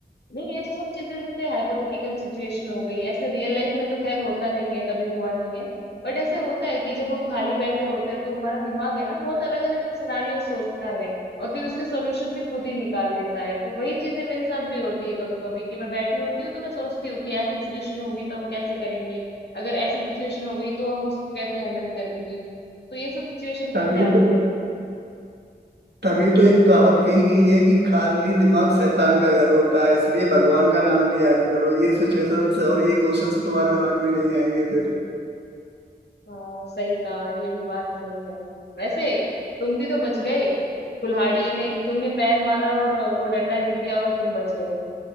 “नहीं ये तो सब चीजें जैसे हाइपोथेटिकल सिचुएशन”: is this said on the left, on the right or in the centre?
Left